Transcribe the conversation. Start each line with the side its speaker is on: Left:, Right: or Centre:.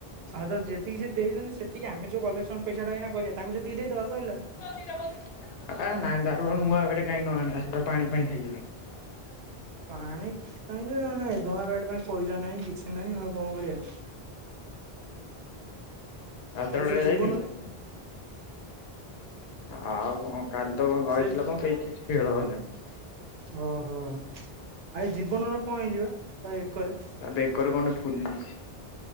Right: ହଉ ତ ଯେତିକି ସେ ଦେଇଚନ୍ତି ସେତିକି ଆମେ ଯୋଉ କଲେକ୍ସନ୍ ପଇସା ଟା ଏଇନା କରିବା ତାଙ୍କୁ ସେତିକି ଦେଇଦବା ସଇଲା।
Left: ତୋ ଦିଟା ବଲ୍ ଦେଖାଯିବ। ଏ ନାଇଁ ତାଠୁ ବରଂ ନୂଆ ବ୍ୟାଟ୍ କାଇଁ ନ ଆଣିବା। ସେଟା ପାଣି ଫାଣି ଖାଇଗଲାଣି। ଖରାପ ସେମତି
Right: ପାଣି କାଇଁ ଯେ ମାନେ ଏ ନୂଆ ବ୍ୟାଟ୍ ପାଇଁ ପଇସା ନାହିଁ କିଛି ନାହିଁ ଆଉ କଣ କରିବା।
Left: ରାତିରେ
Right: ଆଉ
Left: ବେଳା
Right: ସେ ଯିବ
Left: ଯାଇଥିଲୁ?
Right: ନା?
Left: ଆଉ କଣ କାଲି ତ କଣ ରହିଥିଲ
Right: ସେ
Left: କଣ କେହି କିଛି ଖେଳ ହେଲାନି।
Right: ଓହୋ ଆ ଏ ଜୀବନର କଣ ହେଇଚି ବା ତା ବେକରେ?
Left: ତା ବେକରେ କଣ ଗୋଟେ ଫୁଲିଚି।